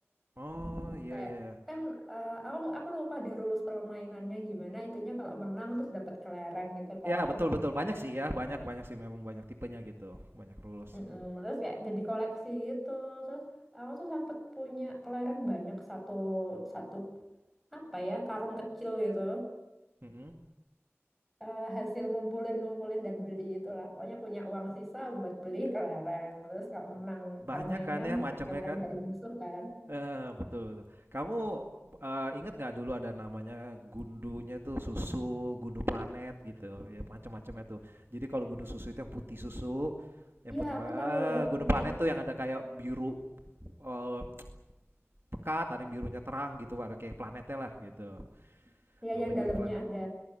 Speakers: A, on the right (about 55°); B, in the centre.
A: Oh, iya
B: kayak
A: iya iya.
B: kan eh, aku aku lupa deh rules permainannya gimana intinya kalau menang terus dapat kelereng gitu kan
A: Iya, betul betul, banyak sih ya, banyak banyak sih memang banyak tipenya gitu, banyak rules
B: Mm-mm.
A: ya.
B: terus kayak jadi koleksi gitu terus aku tuh sempet punya kelereng banyak satu satu apa ya karung kecil gitu
A: Mhm.
B: Eh, hasil ngumpulin ngumpulin dan beli itulah pokoknya punya uang sisa buat beli kelereng terus kalau menang
A: Banyak
B: permainan
A: kan ya
B: dapat
A: macamnya
B: kelereng
A: kan?
B: dari musuh kan
A: Heeh, betul betul. Kamu, eee, inget nggak dulu ada namanya gundunya tuh susu, gundu planet gitu, ya macam-macamnya tuh. Jadi kalau gundu susu itu yang putih susu, yang
B: iya
A: putih
B: aku
A: ba eh,
B: tahu yang
A: gundu
B: putih
A: planet tuh yang ada kayak biru, eh, pekat, ada yang birunya terang gitu, ada kayak planetnya lah gitu.
B: dia
A: Namanya
B: yang dalamnya
A: Good Planet.
B: ada